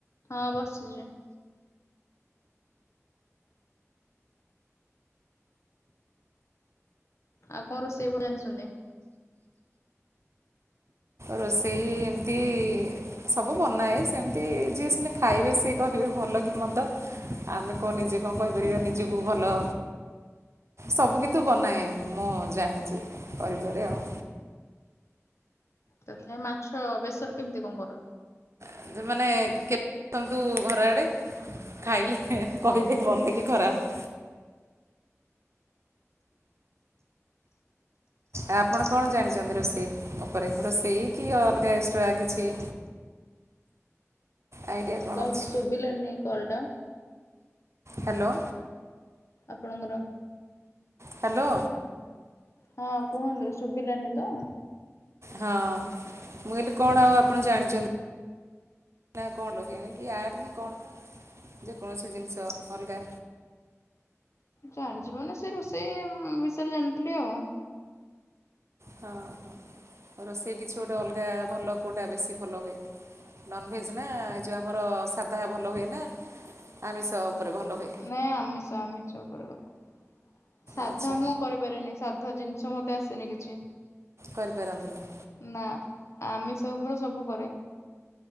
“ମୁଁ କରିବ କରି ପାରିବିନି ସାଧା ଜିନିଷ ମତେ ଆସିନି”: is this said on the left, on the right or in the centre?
Left